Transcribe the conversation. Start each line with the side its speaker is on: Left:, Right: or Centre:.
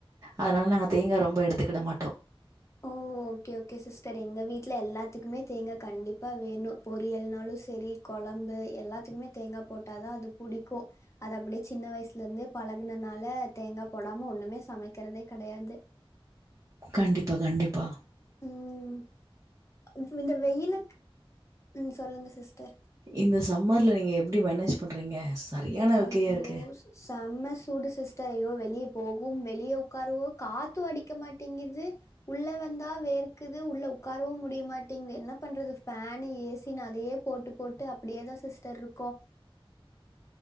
Right: அதனால நாங்க தேங்கா ரொம்ப எடுத்துக்கிட மாட்டோ
Left: ஓ ஓகே ஓகே சிஸ்டர் எங்க வீட்ல எல்லாத்துக்குமே தேங்கா கண்டிப்பா வேணு பொரியல்னாளு சேரி கொழம்பு எல்லாத்துக்குமே தேங்கா போட்டாதான் அது புடிக்கும் அது அப்படியே சின்ன வயசுல இருந்து பழகுனனால தேங்கா போடாம ஒண்ணுமே சமைக்கிறதே கெடையாது
Right: கண்டிப்பா கண்டிப்பா
Left: உம் இப்ப இந்த வெயிலுக் உம் சொல்லுங்க சிஸ்டர்
Right: இந்த சம்மர்ல நீங்க எப்பிடி மேனேஜ் பண்றீங்க சரியான
Left: அய்யோ
Right: ஓகேயா இருக்கே.
Left: சு செம்ம சூடு சிஸ்டர் அய்யோ வெளிய போகவும் வெளிய உட்காரவோ காத்தும் அடிக்க மாட்டேங்குது உள்ள வந்தா வேர்க்குது உள்ள உக்காரவும் முடியமாட்டேங்குது என்ன பண்றது ஃபேனு ஏசினு அதையே போட்டு போட்டு அப்படியே தான் சிஸ்டர் இருக்கோ